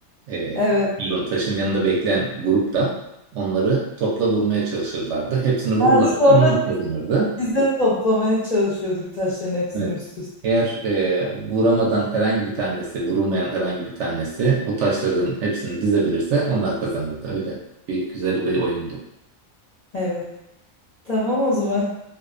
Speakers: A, on the right; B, on the left.
A: e,
B: Evet.
A: pardon, taşın yanında bekleyen grup da onları topla vurmaya çalışırlardı. Hepsini vururlarsa
B: Ha, sonra
A: onlar kazanırdı.
B: biz de toplamaya çalışıyorduk taşların hepsini
A: Evet.
B: üst üste.
A: Eğer e, vuramadan herhangi bir tanesi, vurulmayan herhangi bir tanesi o taşların hepsini dizebilirse onlar kazanırdı. Öyle bir güzel bir oyundu.
B: Evet. Tamam o zaman.